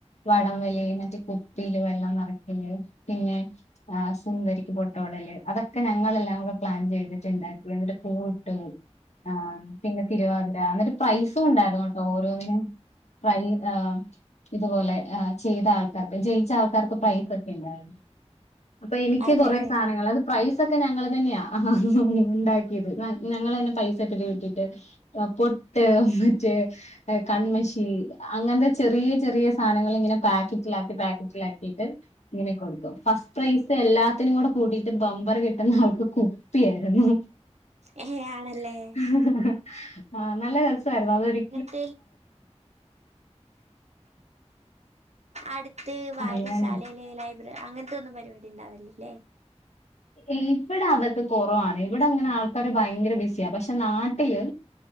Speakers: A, on the left; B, on the right.
A: വടംവലി മറ്റേ കുപ്പീൽ വെള്ളം നെറക്കൽ പിന്നെ സുന്ദരിക്ക് പൊട്ട് തൊടൽ അതൊക്കെ ഞങ്ങൾ എല്ലാം കൂടെ പ്ലാൻ ചെയ്ത്റ്റ് ണ്ടാക്കി എന്ന്ട്ട് പൂവിട്ടു ആഹ് പിന്നെ തിരുവാതിര എന്നിട്ട് പ്രൈസും ണ്ടാർന്നു ഓരോന്നിനും പ്രൈ ഏഹ് ഇത്പോലെ ഏഹ് ചെയ്ത ആൾക്കാർക്ക് ജയിച്ച ആൾക്കാർക്ക് പ്രൈസൊക്കെ ഇണ്ടാർന്നു അപ്പൊ എനിക്ക്
B: അതെല്ലേ
A: കൊറേ സാധനങ്ങൾ അത് പ്രൈ സൊക്കെ ഞങ്ങൾ തന്നെയാ ആഹ് ഹ് ഹ് ണ്ടാക്കിയത് ഞങ്ങൾ തന്നെ പൈസ ഇട്ട്ട്ട് പൊട്ട് ഹ് മറ്റേ കണ്മഷി അങ്ങൻത്തെ ചെറിയ ചെറിയ സാധനങ്ങൾ ങ്ങനെ പാക്കറ്റിലാക്കി പാക്കറ്റിലാക്കിട്ട്ഇങ്ങനെ കൊടുക്കും ഫസ്റ്റ് പ്രൈസ് എല്ലാത്തിനും കൂടെ കൂട്ടിട്ട് ബംബർ കിട്ട്ന്ന ആൾക്ക് കുപ്പി ആയിരുന്നു
B: ഏഹ് ആണല്ലേ
A: <inaudible> ആ നല്ലരസ് സായിരുന്നു അതൊരി
B: <unintelligible> ആ അട് ത്ത് വായശാലയില്
A: അങ്ങനെ
B: ലൈബ്രറി അങ്ങനത്തെന്നും പറ്റ് പരിപാടി ഉണ്ടാവൽ ലേ
A: ഇവിടെ അതൊക്കെ കുറവാണ് ഇവിടെ അങ്ങനെ ആൾക്കാര് ഭയങ്കര ബിസിയാണ് പക്ഷെ നാട്ടില്